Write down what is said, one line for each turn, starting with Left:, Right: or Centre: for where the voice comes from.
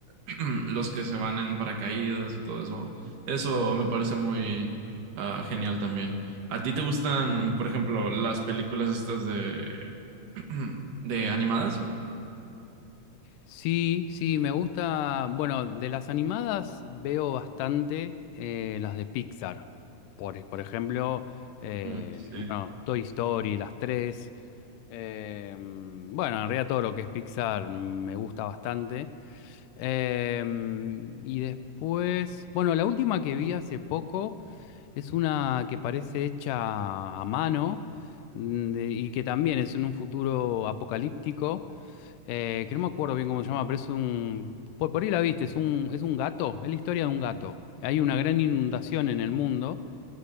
Right: eh, <clears throat> los que se van en paracaídas y todo eso. Eso me parece muy, ah, genial también. ¿A ti te gustan, por ejemplo, las películas estas de <clears throat> ¿De animadas?
Left: Sí, sí, me gusta. Bueno, de las animadas veo bastante eh, las de Pixar. Por, por ejemplo, eh,
Right: Mm, sí.
Left: bueno, Toy Story, las tres. Eh, bueno, en realidad todo lo que es Pixar me gusta bastante. Eh, y después, bueno, la última que vi hace poco es una que parece hecha a mano mm, de- y que también es en un futuro apocalíptico eh, que no me acuerdo bien cómo se llama, pero es un... Por, por ahí la viste, es un, es un gato, es la historia de un gato. Hay una gran inundación en el mundo